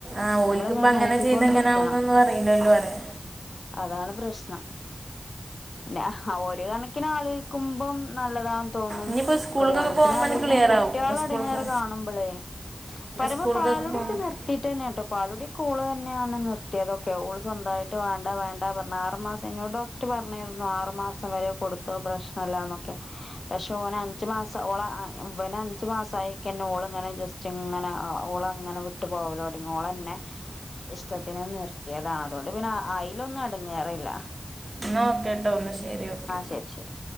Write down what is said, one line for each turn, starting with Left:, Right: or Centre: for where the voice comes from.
Right: ആഹ് ഓല്ക്കിപ്പ
Left: നമ്മളിങ്ങനെ
Right: അങ്ങനെ
Left: നോക്കിക്കൊണ്ടിക്കണം
Right: ചെയ്താ ഇങ്ങനാവുംന്നൊന്നും അറീല്ലല്ലോ പറയാ.
Left: അതാണ് പ്രശ്നം. ഞാ ഒരു കണക്കിന് ആലോയ്ക്കുമ്പം നല്ലതാ തോന്നും.
Right: ഇനിയിപ്പോ സ്കൂളിലൊക്കെ
Left: ഒരു കണക്കിനാലോയ്ക്കുമ്പ
Right: പോകുമ്പോൾ ക്ലിയർ
Left: കുട്ട്യോളെ
Right: ആവും സ്കൂൾക്ക്
Left: എടങ്ങേറ് കാണുമ്പളേ. പറയ്മ്പോ
Right: സ്കൂളിലൊക്കെ
Left: പാലുടി
Right: പോകുമ്പോൾ
Left: ഒക്കെ നിർ ത്തീട്ടെന്നേട്ടൊ പാലൂടിയൊക്കെ ഓള് തന്നെയാണ് നിർത്തിയതൊക്കെ ഓള് സ്വന്തായിട്ട് വേണ്ട വേണ്ട പർഞ്ഞ് ആറ് മാസ സന്നോട് ഡോക്ടർ പറഞ്ഞിരുന്നു ആറ് മാസം വരെ കൊടുത്തോ പ്രശ്നെല്ലാന്നൊക്കെ. പക്ഷെ ഓന് അഞ്ചു മാസാ ഓള ഇവന് അഞ്ച് മാസായി തന്നെ ഓളിങ്ങനെ ജസ്റ്റ് ഇങ്ങനെ ഓളങ്ങനെ വിട്ടു പോവലൊടങ്ങി ഓളെന്നെ ഇഷ്ടത്തിന് നിർത്തിയതാ അതോണ്ട് പിന്നെ അയിലൊന്നും എടങ്ങേറില്ല.
Right: ഇന്നാ ഓക്കേട്ടൊ ഇന്നാ ശരി ഓക്കെ.
Left: ശരി ശരി